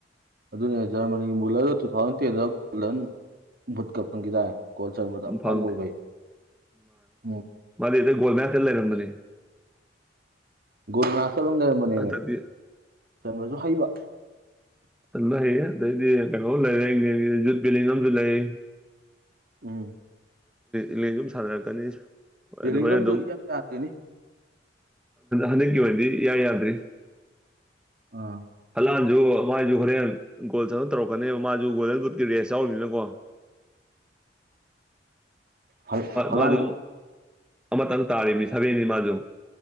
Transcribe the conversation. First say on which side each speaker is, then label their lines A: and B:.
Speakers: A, on the right; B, in the centre.
A: ꯑꯗꯨꯅ ꯖꯔꯃꯅꯤꯒꯤ ꯃꯨꯂꯔꯗ ꯇꯨ ꯊꯥꯎꯖꯟ ꯇꯦꯟꯗ ꯒꯣꯜꯗꯟ ꯚꯨꯠꯀ ꯐꯪꯈꯤꯗꯔꯦ ꯀꯒꯣꯜ ꯆꯟꯕꯗ ꯑꯐꯥꯎꯕ
B: ꯐꯪꯗꯦ
A: ꯑꯣꯏꯕꯩ ꯎꯝ
B: ꯃꯥꯗꯤꯦꯒꯣꯜꯃꯌꯥꯊꯦꯜ ꯂꯩꯔꯅꯤ
A: ꯒꯨꯔꯨꯅꯥꯊꯇ ꯑꯗꯨꯝ ꯂꯩꯔꯝꯕꯅꯦꯅꯦ
B: ꯍꯟꯗꯛꯇꯤ
A: ꯆꯟꯕꯁꯨ ꯍꯩꯕ
B: ꯂꯩ ꯑꯗꯩꯗꯤ ꯀꯩꯅꯣ ꯂꯩꯔꯦ ꯌꯖꯨꯠ ꯕꯤꯂꯤꯡ ꯑꯃꯁꯨ ꯂꯩ
A: ꯎꯝ
B: ꯏꯂꯦꯟ ꯁꯨꯝ ꯁꯥꯟꯅꯔꯛꯀꯅꯤ
A: ꯕꯦꯂꯤꯡꯒꯝꯗꯣ
B: ꯑꯗꯨ ꯍꯣꯔꯦꯟ ꯑꯗꯨꯝ
A: ꯏꯌꯥ ꯌꯥꯗꯦꯅꯦ
B: ꯍꯟꯗꯛꯀꯤ ꯑꯣꯏꯗꯤ ꯌꯥ ꯌꯥꯗ꯭ꯔꯤ
A: ꯑꯥ
B: ꯍꯂꯥꯟꯁꯨ ꯃꯥꯏꯁꯨ ꯍꯣꯔꯦꯟ ꯒꯣꯜ ꯆꯪꯅ ꯇꯧꯔꯛꯀꯅꯦꯕ ꯃꯥꯁꯨ ꯒꯣꯗꯜ ꯕꯨꯗꯀꯤ ꯔꯦꯁ ꯌꯥꯎꯔꯤꯅꯤꯅꯀꯣ
A: ꯍꯜ- ꯍꯂꯥꯟꯒ
B: ꯃꯥꯁꯨ ꯑꯃꯇꯪ ꯇꯥꯔꯤꯅꯤ ꯁꯕꯦꯟꯅꯤ ꯃꯥꯁꯨ